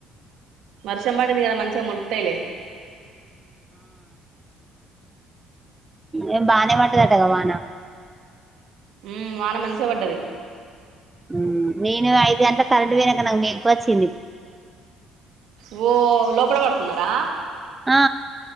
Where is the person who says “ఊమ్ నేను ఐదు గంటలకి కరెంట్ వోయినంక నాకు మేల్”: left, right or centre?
Right